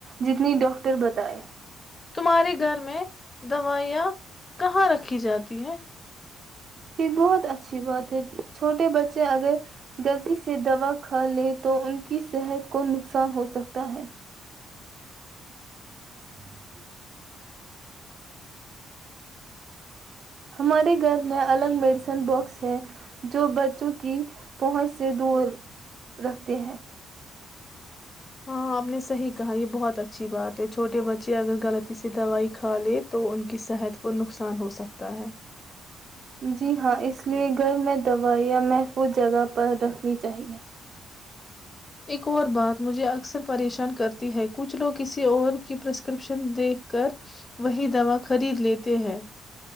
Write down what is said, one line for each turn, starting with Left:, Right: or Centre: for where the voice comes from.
Right: جتنی ڈاکٹر بتائے
Left: تمہارے گھر میں دوائیاں کہاں رکھی جاتی ہے
Right: یہ بہت اچھی بات ہے چھوٹے بچے اگر غلطی سے دوا کھا لے تو ان کی صحت کو نقصان ہو سکتا ہے ج <inaudible> ہمارے گھر میں الگ میڈیسن باکس ہیں جو بچوں کی پہنچ سے دور رکھتے ہیں
Left: ہاں آپ نے صحیح کہا یہ بہت اچھی بات ہے چھوٹے بچے اگر غلطی سےی دوائی کھا لے تو ان کی صحت کو نقصان ہوسکتا ہے
Right: جی ہاں اس اس لیے گھر میں دوا یا محفوظ جگہ پر رکھنی چاہیے
Left: ایک اور بات مجھے اکثر پریشان کرتی ہے کچھ لوگ کسی اور کی پرسکرپشن دیکھ کر وہی دوا خرید لیتے ہیں